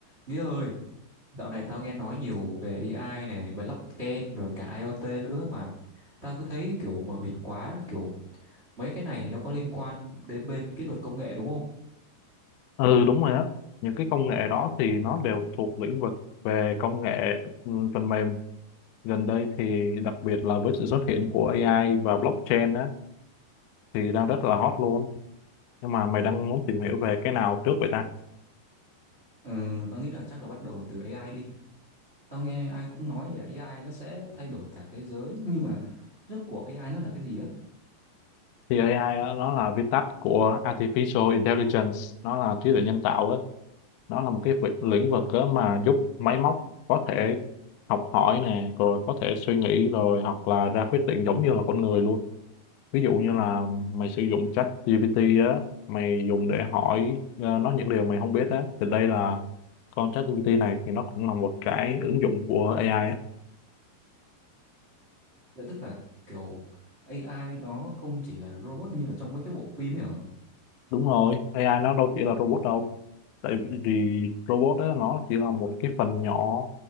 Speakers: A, on the right; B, on the left.
A: Nghĩa ơi, dạo này tao nghe nói nhiều về AI này, blockchain rồi cả IoT nữa mà tao cứ thấy kiểu mờ mịt quá, kiểu mấy cái này thì nó có liên quan đến bên kỹ thuật công nghệ đúng không?
B: Ừ đúng rồi á những cái công nghệ đó thì nó đều thuộc lĩnh vực về công nghệ ừ, phần mềm gần đây thì đặc biệt là với sự xuất hiện của AI và blockchain á thì đang rất là hot luôn nhưng mà mày đang muốn tìm hiểu về cái nào trước vậy ta
A: Ừ, tao nghĩ là chắc là bắt đầu từ AI đi. Tao nghe ai cũng nói là AI nó sẽ thay đổi cả thế giới, nhưng mà rốt cuộc AI nó là cái gì á?
B: thì AI á, nó là viết tắt của Artificial Intelligence nó là trí tuệ nhân tạo á nó là một cái vi- lĩnh vực á mà giúp máy móc có thể học hỏi nè rồi có thể suy nghĩ rồi hoặc là ra quyết định giống như là con người luôn ví dụ như là mày sử dụng chat GPT á mày dùng để hỏi ờ, nó những điều mày không biết á thì đây là con chat GPT này thì nó cũng là một cái ứng dụng của AI á
A: Vậy tức là kiểu AI nó không chỉ là robot như là trong mấy cái bộ phim ấy hả?
B: đúng rồi AI nó đâu chỉ là robot đâu tại vì robot đó nó chỉ là một cái phần nhỏ